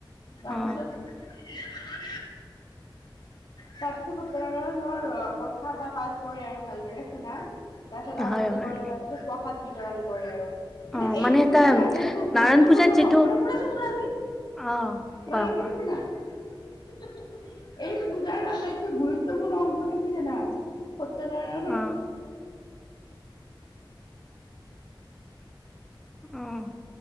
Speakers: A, on the left; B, in the centre.
A: তাৰপিছত
B: অ
A: তাৰ পিছত সতৰানৰ কথা বা পাছব আৰু ভালদৰে শুনা তাৰ পিছত আৰতি
B: হয় হয়
A: কৰে তাৰ পিছত প্ৰসাদ বিতৰণ কৰে আৰু। মানে
B: অ
A: এই পূজাৰ
B: এটা
A: আটাইতকৈ গুৰুত্বপূৰ্ণ
B: নাৰায়ণ পূজাত যিটো
A: হ শুনাচোন শুনা
B: অ কোৱা
A: লৰা
B: কোৱা
A: এই পূজাৰ আটাইতকৈ গুৰুত্বপূৰ্ণ অংশটো কি জানা। পু্ত ন নো <unintelligible>
B: অ অ',